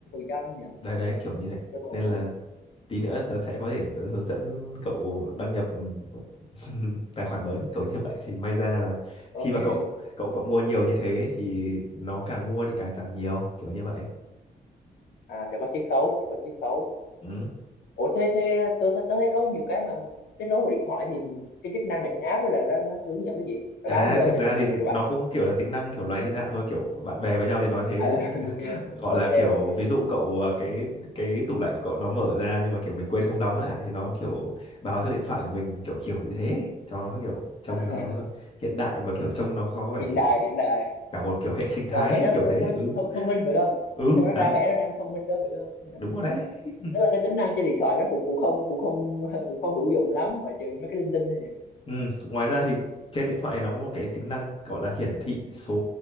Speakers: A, on the left (about 80°); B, on the left (about 35°).
A: trăm nhỉ
B: đấy đấy kiểu như này
A: chứ còn
B: nên
A: không
B: là tí nữa
A: Ừ,
B: tớ sẽ có thể tớ hướng dẫn cậu đăng nhập ừm, <laughs> tài khoản mới kiểu như vậy thì may ra là
A: ok
B: khi mà cậu cậu cậu mua nhiều như thế thì nó càng mua thì càng giảm nhiều kiểu như vậy
A: à sẽ có chiết khấu sẽ có chiết khấu
B: ừ.
A: ủa thế thế tôi, tôi, tôi thấy có nhiều cái mà kết nối vào điện thoại thì cái chức năng là trên app đó là nó, nó hướng dẫn cái gì nó
B: À
A: báo giờ
B: thực ra
A: cho mình
B: thì
A: về đồ
B: nó
A: ăn
B: cũng
A: không?
B: kiểu là tính năng kiểu loài thiên hạ thôi kiểu bạn bè với nhau thì nói thế
A: à là <laughs>
B: Kiểu- <laughs>
A: ok
B: gọi
A: ok
B: là kiểu
A: ok
B: ví dụ cậu à, cái cái tủ lạnh của cậu nó mở ra nhưng mà kiểu mình quên không đóng chẳng hạn thì nó kiểu báo cho điện thoại của mình kiểu kiểu như thế cho nó kiểu trông
A: à,
B: cho nó hiện đại và kiểu trông nó có vẻ
A: hiện
B: kiểu
A: đại hiện đại
B: cả một kiểu hệ sinh thái
A: và cảm
B: ấy,
A: giác
B: kiểu
A: nó,
B: thế
A: nó
B: ừ
A: thông, thông minh phải không
B: ừ
A: cho nó
B: đấy
A: ra vẻ nó đang thông minh đó phải không
B: đúng rồi đấy <laughs>
A: tức là cái tính năng trên điện thoại nó cũng cũng không cũng không <laughs> cũng không hữu dụng lắm ngoại trừ mấy cái linh tinh thôi nhỉ
B: ừ. Ngoài ra thì trên điện thoại thì nó có một cái tính năng gọi là hiển thị số